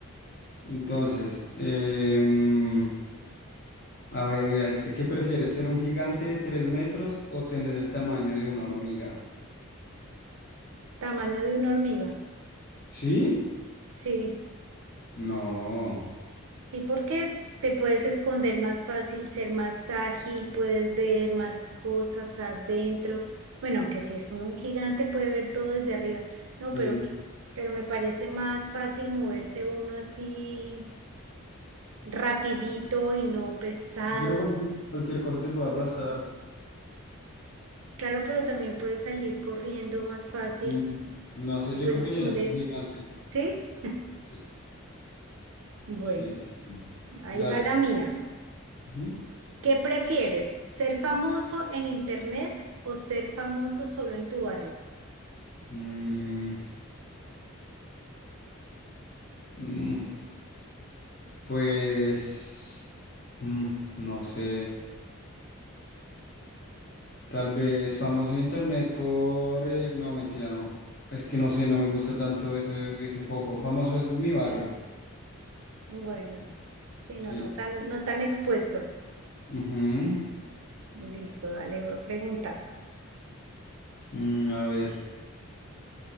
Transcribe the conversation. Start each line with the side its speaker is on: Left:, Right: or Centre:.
Left: Entonces, em, a ver, mira, este, ¿qué prefieres, ser un gigante de tres metros o tener el tamaño de una hormiga?
Right: Tamaño de una hormiga.
Left: ¿Sí?
Right: Sí,
Left: No,
Right: sí, porque te puedes esconder más fácil, ser más ágil, puedes ver más cosas adentro. Bueno, aunque si es un, un gigante puede ver todo desde arriba. No,
Left: Sí.
Right: pero, pero me parece más fácil moverse uno así rapidito y no pesado.
Left: Pero cualquier, cualquier cosa te puede aplastar.
Right: Claro, pero también puedes salir corriendo más fácil,
Left: Mm, no sé,
Right: te
Left: yo
Right: puedes
Left: preferiría
Right: esconder.
Left: ser un gigante.
Right: ¿Sí?
Left: Sí,
Right: Bueno,
Left: sí, sí. sí.
Right: ahí
Left: Dale.
Right: va la
Left: pues.
Right: mía.
Left: Ujú.
Right: ¿Qué prefieres? ¿Ser famoso en internet o ser famoso solo en tu barrio?
Left: Mm, mm, pues, mm, no sé, tal vez famoso en internet por... eh, no, mentira, no. Es que no sé, no me gusta tanto ese, ese foco. Famoso es mi barrio.
Right: Bueno, sí,
Left: Sí.
Right: no, no tan, no tan expuesto.
Left: Ujú.
Right: Listo, dale, voy a preguntar.
Left: Mm, a ver.